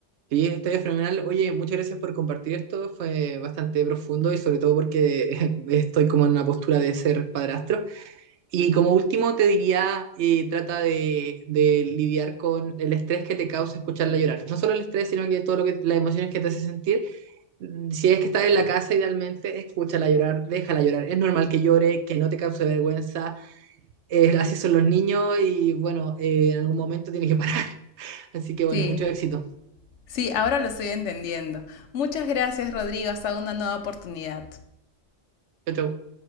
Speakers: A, on the right; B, on the left.
A: Sí, está fenomenal. Oye, muchas gracias por compartir esto. Fue bastante profundo y sobre todo porque <laughs> estoy como en una postura de ser padrastro. Y como último te diría, eh, trata de, de lidiar con el estrés que te causa escucharla llorar. No solo el estrés, sino que todo lo que las emociones que te hace sentir. Mm, Si es que estás en la casa, idealmente escúchala llorar, déjala llorar. Es normal que llore, que no te cause vergüenza eh, <laughs> así son los niños y bueno, eh, en algún momento tiene que parar. <laughs> Así que bueno,
B: Sí,
A: mucho éxito.
B: sí, ahora lo estoy entendiendo. Muchas gracias, Rodrigo. Hasta una nueva oportunidad.
A: Chau, chau.